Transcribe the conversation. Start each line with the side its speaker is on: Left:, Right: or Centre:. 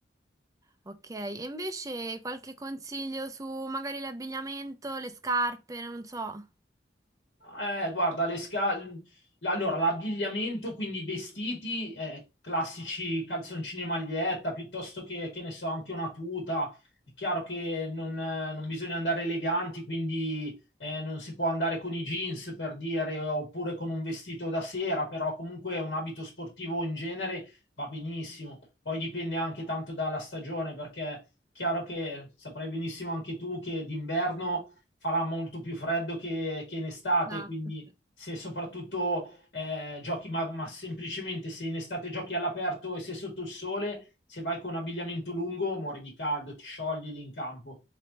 Right: Ok, e invece qualche consiglio su magari l'abbigliamento, le scarpe, non so.
Left: Eh, guarda, le sca- l- allora l'abbigliamento, quindi i vestiti, eh, classici calzoncini e maglietta, piuttosto che, che ne so, anche una tuta. È chiaro che non, eh, non bisogna andare eleganti, quindi eh, non si può andare con i jeans per dire, oppure con un vestito da sera, però comunque un abito sportivo in genere va benissimo. Poi dipende anche tanto dalla stagione, perché è chiaro che saprai benissimo anche tu che d'inverno farà molto più freddo che, che in estate,
Right: Esatto.
Left: quindi se soprattutto eh, giochi, ma, ma, semplicemente se in estate giochi all'aperto e se sotto il sole, se vai con abbigliamento lungo muori di caldo, ti sciogli lì in campo.